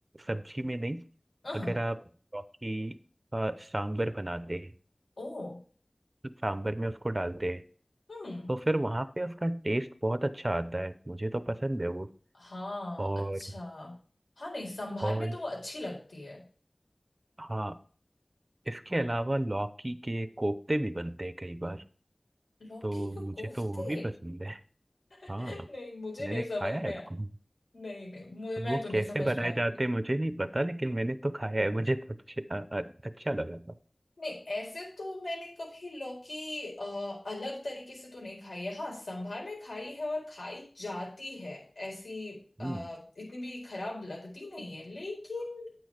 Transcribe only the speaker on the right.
सब्जी में नहीं
अगर आप लौकी का सांबर बनाते हैं
तो सांबर में उसको डालते हैं
तो फिर वहाँ पे उसका टेस्ट बहुत अच्छा आता है मुझे तो पसंद है वो
और
और
हाँ इसके अलावा लौकी के कोफ्ते भी बनते हैं कई बार
तो
मुझे
तो वो भी पसंद है
हाँ
मैंने
खाया
है
इसको
अब
वो
कैसे
बनाए
जाते हैं, मुझे नहीं पता लेकिन मैंने तो खाया है मुझे तो अच्छे, अ- अ- अच्छा लगा था
हम्म